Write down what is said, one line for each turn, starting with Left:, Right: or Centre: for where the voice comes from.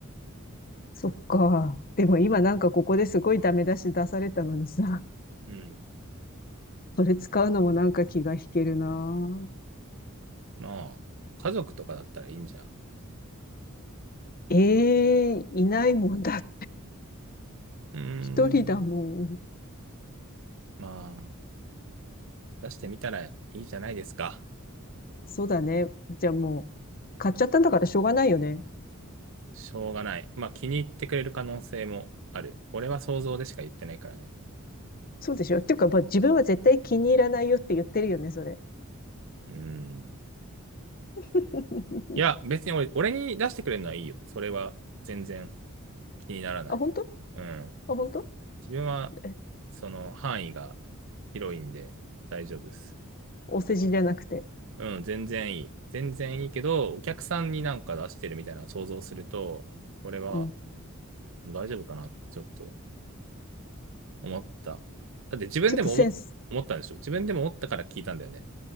Left: そっか。でも今なんかここですごいダメ出し出されたのにさ、
Right: うん。うん
Left: <laughs> それ使うのもなんか気が引けるな。
Right: まあ、家族とかだったらいいんじゃん。
Left: ええいないもんだ。
Right: うーん。
Left: 一人だもん。
Right: まあ、出してみたらいいじゃないですか。
Left: そうだね。じゃあもう、買っちゃったんだからしょうがないよね。
Right: しょうがない。まあ、気に入ってくれる可能性もある。俺は想像でしか言ってないからね。
Left: そうでしょ。っていうか、まあ、自分は絶対気に入らないよって言ってるよね、それ。
Right: うん。
Left: <laughs>
Right: いや、別に俺、俺に出してくれるのはいいよ。それは全然気にならない。
Left: あ、本当
Right: うん。
Left: あ、本当
Right: 自分は、
Left: え
Right: その範囲が広いんで大丈夫です。
Left: お世辞じゃなくて。
Right: うん、全然いい。全然いいけど、お客さんになんか出してるみたいなのを想像すると、これは
Left: うん。
Right: 大丈夫かなってちょっと思った。だって自分でも思、
Left: ちょっとセンス、
Right: 思ったんでしょ自分でも思ったから聞いたんだよね。